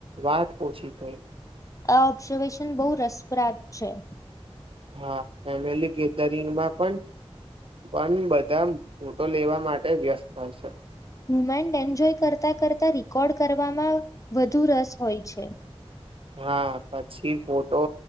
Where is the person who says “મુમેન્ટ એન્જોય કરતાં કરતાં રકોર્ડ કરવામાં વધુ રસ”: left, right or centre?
Left